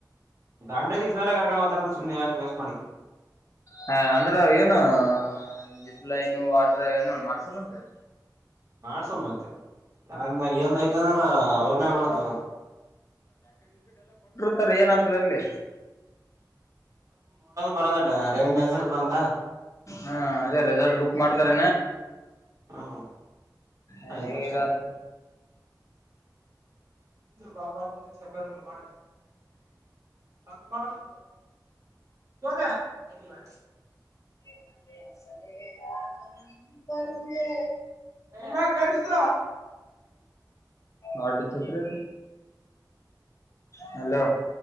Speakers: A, on the right; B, on the left.
A: ದಾಂಡೇಲಿಗೆ ಸರ್ರೆ ಕರ್ಕೊಂಡ ಹ್ತಾರ ಸುಮ್ನೆ ಯಾಕೆ ವೇಸ್ಟ್ ಮಣಿಕ್ಕೆ
B: ಹಾ ಅಂದ್ರೆ ಏನು ಜಿಪ್ ಲೈನು ವಾಟರ್ ಏನ ಮಾಡ್ಸಲ್ಲ ಅಂತೆ
A: ಮಾಡಸಲ್ ವತ್ತೆ ಅ ಏನ್ ಐತಂದ್ರ ಅವ್ರನಾಗ ಬರ್ತದ
B: ಹತಾರೆ ಏನ ಆ್ತದೆ ಅಲ್ಲಿ
A: ಬರದಡ್ಡ ರೈನ್ ಡಾನ್ಸ್ ಬ
B: ಹಾ ಅದೇ ರೆಸಾರ್ಟ್ ಬುಕ್ ಮಾಡ್ತಾರೆನ
A: ಹ್ಮ್
B: ನ
A: ಆಯ್ತ ಅಷ್ಟೇ
B: ಆತ್ತು
A: ಬಾಾಪ ಮತ್ತ ಚಕಂಡ ಮಾಡಕ್ಕೆ ತಂದು ಬರಲ್ಲ ತೋದೆ ಬುದುವಾರ
B: <unintelligible> ಪಾರುದೆ
A: ನ ಕಡ್ಸತ
B: ಗಾಡಿ ಛತ್ರಿ ಹಲೋ